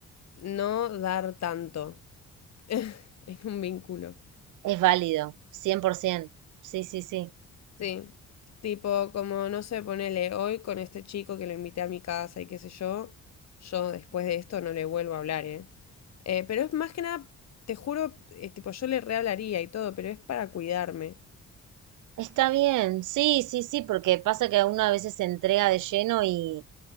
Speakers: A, on the left; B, on the right.
A: no dar tanto <laughs> en un vínculo.
B: Es válido, 100%, sí, sí, sí.
A: Sí, tipo, como no sé, ponele hoy con este chico que lo invité a mi casa y qué sé yo, yo después de esto no le vuelvo a hablar, ¿eh? Eh, pero es más que nada, te juro, eh, tipo, yo le rehablaría y todo, pero es para cuidarme.
B: Está bien, sí, sí, sí, porque pasa que uno a veces se entrega de lleno y,